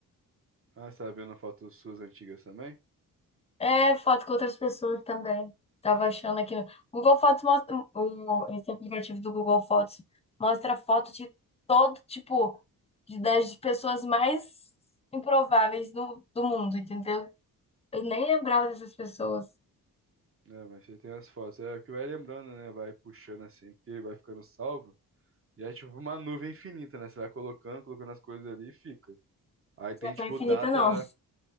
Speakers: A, on the right; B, on the left.
A: Ah, você tá vendo fotos suas antigas também?
B: É, foto com outras pessoas também. Tava achando aqui. no- Google Fotos mostra. o- Esse aplicativo do Google Fotos mostra foto de todo, tipo, de- das pessoas mais improváveis do, do mundo, entendeu? Eu nem lembrava dessas pessoas.
A: É, mas você tem as fotos. É o que vai lembrando, né? Vai puxando assim, porque vai ficando salvo. E é tipo uma nuvem infinita, né? Você vai colocando, colocando as coisas ali e fica. Aí tem
B: Não é
A: tipo
B: tão infinita,
A: data.
B: não.